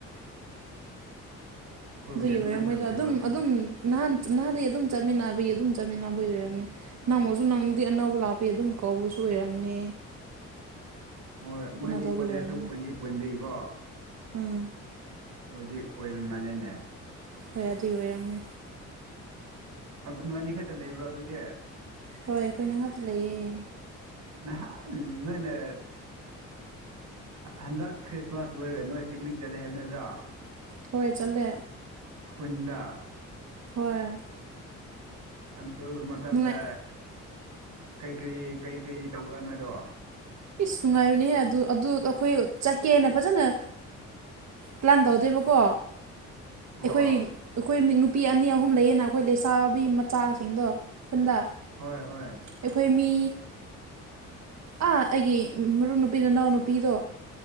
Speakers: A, on the right; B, on the right.
A: ꯑꯩꯈꯣꯏꯕꯨꯗꯤ
B: ꯑꯗꯨꯒꯤ
A: ꯑꯗꯨꯃꯥꯏꯅ
B: ꯑꯣꯏꯔꯝꯃꯣꯏꯗ
A: ꯇꯧꯗꯦꯕ
B: ꯑꯗꯨꯝ ꯑꯗꯨꯝ ꯅꯍꯥꯟ ꯅꯍꯥꯟꯩ ꯑꯗꯨꯝ ꯆꯠꯃꯤꯟꯅꯕꯒꯤ ꯑꯗꯨꯝ ꯆꯠꯃꯤꯟꯅꯕꯒꯤ ꯑꯣꯏꯔꯝꯅꯤ ꯅꯪꯃꯁꯨ ꯅꯪꯅꯗꯤ ꯑꯅꯧꯕ ꯂꯥꯛꯄ ꯑꯗꯨꯝ ꯀꯧꯕꯁꯨ ꯑꯣꯏꯔꯝꯅꯦ
A: ꯍꯣꯏ ꯍꯣꯏ ꯃꯣꯏꯗꯤ
B: ꯇꯧꯕꯤ
A: ꯀꯣꯂꯦꯖꯁꯨ
B: ꯑꯣꯏꯔꯝꯅꯤꯗ
A: ꯄꯨꯟꯗꯤ ꯄꯨꯟꯕꯒꯤꯀꯣ
B: ꯎꯝ
A: ꯑꯣꯏꯗꯤ ꯑꯣꯏꯕ ꯃꯥꯅꯅꯦ
B: ꯍꯣꯏ ꯑꯗꯨꯏ ꯑꯣꯏꯔꯝꯃꯦ
A: ꯅꯣꯏ ꯑꯅꯤ ꯈꯛꯇ ꯂꯩꯕ꯭ꯔꯣ ꯑꯗꯨꯗꯤ
B: ꯍꯣꯏ ꯑꯩꯈꯣꯏ ꯅꯤꯡ ꯉꯥꯛꯇ ꯂꯩꯌꯦꯦ
A: ꯅꯍꯥꯟ ꯅꯣꯏꯅꯦ ꯍꯟꯗꯛ ꯈ꯭ꯔꯤꯁꯃꯥꯁ ꯂꯣꯏꯔꯒ ꯅꯣꯏ ꯄꯤꯛꯅꯤꯛ ꯆꯠꯂꯦ ꯍꯥꯏꯕ ꯅꯠꯇ꯭ꯔꯥ
B: ꯍꯣꯏ ꯆꯠꯂꯦ
A: ꯍꯨꯟꯗ
B: ꯍꯣꯏ
A: ꯑꯗꯨ ꯃꯇꯝꯗ
B: ꯅꯨꯡꯉꯥꯏ
A: ꯀꯩꯀꯔꯤ ꯀꯩꯀꯔꯤ ꯇꯧꯕ꯭ꯔꯥ ꯅꯣꯏꯗꯣ
B: ꯏꯁ ꯅꯨꯡꯉꯥꯏꯕꯅꯦꯍ ꯑꯗꯨ ꯑꯗꯨ ꯑꯩꯈꯣꯏ ꯆꯠꯀꯦꯅ ꯐꯖꯅ ꯄ꯭ꯂꯥꯟ ꯇꯧꯗꯦꯕꯀꯣ
A: ꯑꯣ
B: ꯑꯩꯈꯣꯏ ꯑꯩꯈꯣꯏ ꯅꯨꯄꯤ ꯑꯅꯤ ꯑꯍꯨꯝ ꯂꯩꯌꯦꯅ ꯑꯩꯈꯣꯏ ꯂꯩꯁꯥꯕꯤ ꯃꯆꯥꯁꯤꯡꯗꯣ ꯈꯨꯟꯗ
A: ꯍꯣꯏ ꯍꯣꯏ
B: ꯑꯩꯈꯣꯏ ꯃꯤ ꯑꯥ ꯑꯩꯒꯤ ꯃꯔꯨꯞ ꯅꯨꯄꯤ ꯅꯅꯥꯎ ꯅꯨꯄꯤꯗꯣ